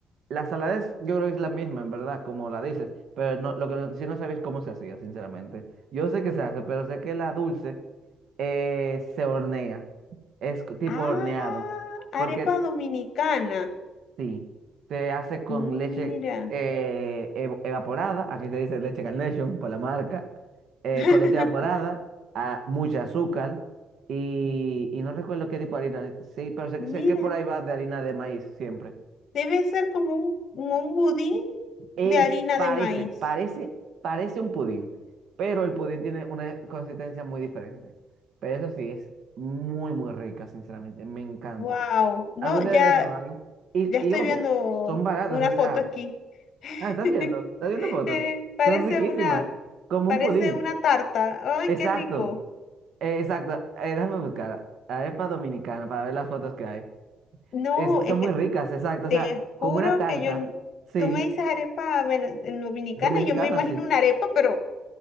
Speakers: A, on the right (about 65°); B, on the left (about 60°).
A: La salada es, yo creo que es la misma, en verdad, como la dices, pero no, lo que no- si no sabías cómo se hacía, sinceramente. Yo sé que se hace, pero sé que la dulce eh, se hornea, es c- tipo
B: Ah,
A: horneado, porque
B: arepa dominicana.
A: Sí, se hace con
B: Mira.
A: leche eh, ev- evaporada, aquí se dice leche Carnation por la marca, eh,
B: <laughs>
A: con leche evaporada, a, mucha azúcar y, y no recuerdo qué tipo de harina, sí, pero sé,
B: Mira.
A: que sé que por ahí va de harina de maíz siempre.
B: Debe ser como un, como un budín
A: Es,
B: de harina
A: parece,
B: de maíz.
A: parece, parece un pudín, pero el pudín tiene una consistencia muy diferente. Pero eso sí, es muy, muy rica, sinceramente, me encanta.
B: Wow. No,
A: Algún día
B: ya,
A: deberías probarlo. Y,
B: ya estoy
A: y ojo,
B: viendo
A: son baratos,
B: una
A: o
B: foto
A: sea...
B: aquí. <laughs>
A: Ah, estás viendo, estás viendo fotos.
B: Eh, parece
A: Son riquísimas,
B: una,
A: como
B: parece
A: un pudín.
B: una tarta. Ay,
A: Exacto,
B: qué rico.
A: eh, exacto. Eh, déjame buscar arepa dominicana para ver las fotos que hay.
B: No,
A: Es,
B: es
A: son muy
B: que
A: ricas, exacto. O
B: Te
A: sea, como
B: juro
A: una tarta,
B: que yo, n-
A: sí,
B: tú me dices arepa vene- en dominicana,
A: dominicana,
B: y yo me imagino
A: sí,
B: una arepa, pero